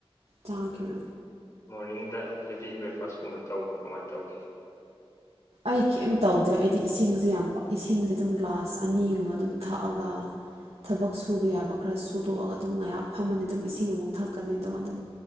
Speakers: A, on the right; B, on the left.
A: ꯆꯥꯈꯤꯔꫭꯏ
B: ꯃꯣꯔꯅꯤꯡꯗ ꯍꯦꯕꯤ ꯕ꯭ꯔꯦꯛꯐꯥꯁꯀꯨꯝꯕ ꯇꯧꯕ꯭ꯔꯥ ꯀꯃꯥꯏꯅ ꯇꯧꯒꯦ
A: ꯑꯩ ꯀꯩꯝ ꯇꯧꯗꯦ ꯑꯩꯗꯤ ꯏꯁꯤꯡꯁꯦ ꯌꯥꯝ ꯏꯁꯤꯡꯁꯦ ꯑꯗꯨꯝ ꯒ꯭ꯂꯥꯁ ꯑꯅꯤꯒꯨꯝꯕ ꯑꯗꯨꯝ ꯊꯛꯑꯒ ꯊꯕꯛ ꯁꯨꯕ ꯌꯥꯕ ꯈꯔ ꯁꯨꯗꯣꯛꯑꯒ ꯑꯗꯨꯝ ꯉꯥꯏꯍꯥꯛ ꯐꯝꯃꯅꯤ ꯑꯗꯨꯝ ꯏꯁꯤꯡ ꯑꯃꯨꯛ ꯊꯛꯀꯅꯤ ꯑꯗꯨꯒ ꯑꯗꯨꯝ